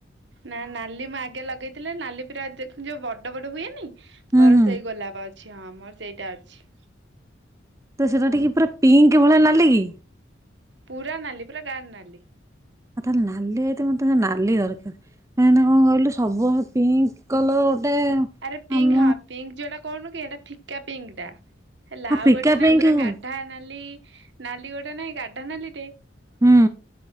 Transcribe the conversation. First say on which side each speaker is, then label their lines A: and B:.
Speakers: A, on the right; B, on the right.
A: ନା ନାଲି ମୁଁ ଆଗେ ଲଗେଇ ଥିଲା ନାଲି ପରା ଦେଖ ଯୋଉ ବଡ ବଡ ହୁଏନି
B: ହୁଁ
A: ମୋର
B: ହୁଁ।
A: ସେଇ ଗୋଲାପ ଅଛି। ଆମର ସେଇଟା ଅଛି।
B: ତ ସେଟା ଟିକେ ପୁରା ପିଙ୍କ ଭଳିଆ ନାଲି କି?
A: ପୁରା ନାଲି ପୁରା ଗାଢ଼ ନାଲି।
B: ଆଉ ତାହେଲେ ନାଲି ହେଇତ ମତେ ନାଲି ଦରକାର କାହିଁକିନା କଣ କହିଲୁ ସବୁ ପିଙ୍କ କଲର ଗୋଟେ
A: ଆରେ ପିଙ୍କ
B: ଆମ
A: ହଁ ପିଙ୍କ ଯୋଉଟା କଣ କି ଏଇଟା ଫିକା ପିଙ୍କ ଟା। ହେଲା
B: ହଁ
A: ଆଉ
B: ଫିକା
A: ଗୋଟେ
B: ପିଙ୍କ
A: ନାଇଁ ପୁରା
B: ହଉ
A: ଗାଢା ନାଲି ନାଲି ଗୋଟେ ନାଇଁ ଗାଢା ନାଲି ଟେ।
B: ହୁଁ